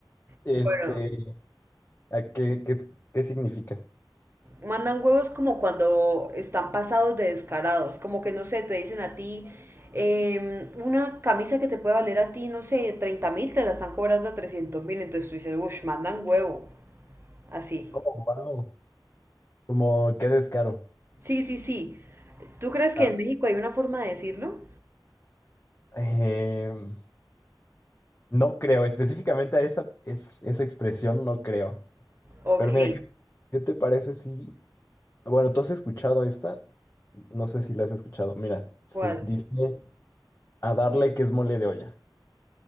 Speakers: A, on the left; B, on the right.
A: Este,
B: Bueno,
A: ¿a qué, qué, qué significa?
B: mandan huevos como cuando están pasados de descarados, como que no sé, te dicen a ti em, una camisa que te puede valer a ti, no sé, treinta mil, te la están cobrando a 300 mil, entonces tú dices, uff, mandan huevo, así.
A: Oh, wow. Como qué descaro.
B: Sí, sí, sí. ¿Tú crees que
A: Ah,
B: en México hay una forma de decirlo?
A: eh, no creo, específicamente a esa, es, esa expresión no creo.
B: Ok,
A: Pero mira, ¿qué, qué te parece si... Bueno, ¿tú has escuchado esta? No sé si la has escuchado. Mira, se
B: ¿cuál?
A: dice... A darle que es mole de olla.